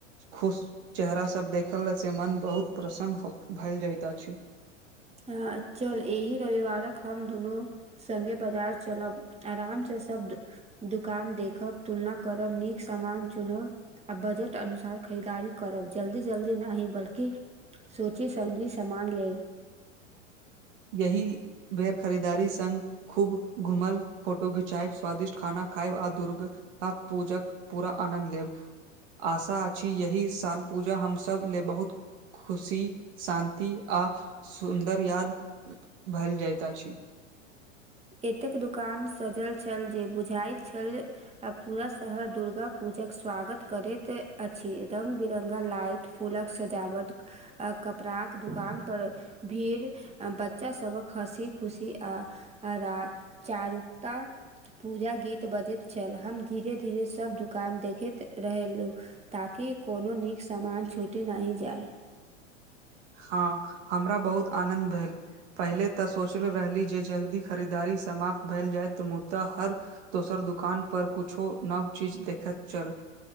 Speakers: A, on the right (about 60°); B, on the right (about 15°).
A: खुश चेहरा सभ देखलासँ मन बहुत प्रसन्न भऽ जाइत अछि।
B: ह चल एहि रविवारक हम दुनू संगे बाजार चलब आराम से सब दुकान देखब तुलना करब नीक सामान चुनब आ बजट अनुसार खरीदारी करब जल्दी जल्दी नहि बल्कि सोची समझी समान ले
A: ई बेर खरीदारी संग खूब घुमल, फोटो खिंचायब, स्वादिष्ट खाना खायब आ दुर्ग आ पूजा क पूरा आनन्द लेब आशा अछि यही साल पूजा हमस ले बहुत खुशी शान्ति आ सुन्दर याद भलि जाइत अछि
B: एतेक दुकान सजल छल जे बुझाय छल आ पूरा शहर दुर्गा पूजाक स्वागत करैत अछि। रंग बिरंगल लाइट फूलक सजावट अ कपड़ा के दुकान पर भीड़ आ बच्चा सबक हँसी खुशी आ आ र चारुक्त <unintelligible> पूजा गीत बजैत छल हम धीरे धीरे सब दुकान देखैत रहलहुँ ताकि कोनो नीक सामान छूटि नहि जाय
A: हँ हमरा बहुत आनन्द भेल पहिले तऽ सोचले रहली जे जल्दी खरीददारी समाप्त भेल जाय तऽ मुद्दा हर दोसर दुकान पर कुछो नव चीज देखैत चल।